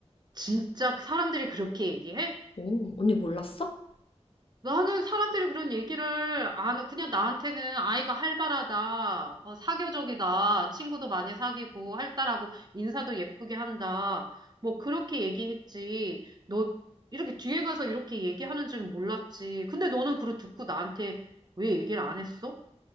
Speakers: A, on the right; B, on the left.
A: 진짜 사람들이 그렇게 얘기해?
B: 오 언니 몰랐어?
A: 나는 사람들이 그런 얘기를 안, 그냥 나한테는 아이가 활발하다, 어, 사교적이다, 친구도 많이 사귀고, 활달하고, 인사도 예쁘게 한다. 뭐, 그렇게 얘기했지. 너, 이렇게 뒤에 가서 이렇게 얘기하는 줄 몰랐지. 근데 너는 그걸 듣고 나한테 왜 얘기를 안 했어?